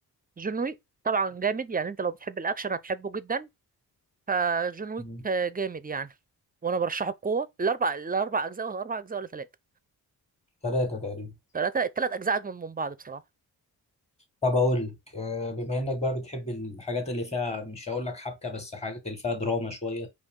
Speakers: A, on the right; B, on the left.
A: جون ويك طبعا جامد يعني انت لو بتحب الاكشن هتحبه جدا فجون ويك
B: مم.
A: جامد يعني وانا برشحه بقوه الاربع الاربع اجزاء ولا اربع اجزاء ولا ثلاثه
B: ثلاثة تقريبا
A: ثلاثه الثلاث اجزاء اجمل من بعض بصراحه
B: طب اقول لك آه، بما انك بقى بتحب الحاجات اللي فيها مش هقول لك حبكه بس حاجات اللي فيها دراما شويه